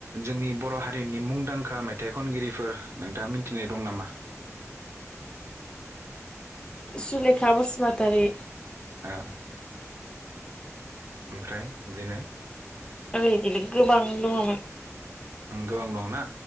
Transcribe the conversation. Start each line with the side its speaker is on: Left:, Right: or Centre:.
Right: जोंनि बर' हा रिनि मुंदांखा मेथाइ खनगिरिफोर नोंथाङा मिनथिनाय दं नामा?
Left: सुलेखा बसुमातारी।
Right: आ ओमफ्राय बिदिनो
Left: ओ इदिनो गोबां दङमोन।
Right: उम गोबां दंना?